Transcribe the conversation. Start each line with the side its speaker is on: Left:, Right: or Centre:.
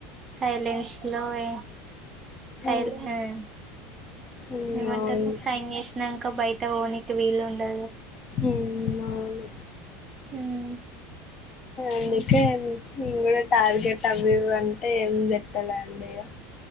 Right: సైలెన్స్లోవే, సైలెన్స్
Left: అవును ఉమ్,
Right: ఏమంటారు,
Left: అవును
Right: సైన్ జేసినంక బయట ఓనికి వీలు ఉండదు.
Left: ఉమ్ అవును.
Right: ఉమ్
Left: అందుకే నేన్ గుడా టార్గెట్ అవ్వివ్ అంటే ఏం పెట్టాలండి ఇగ.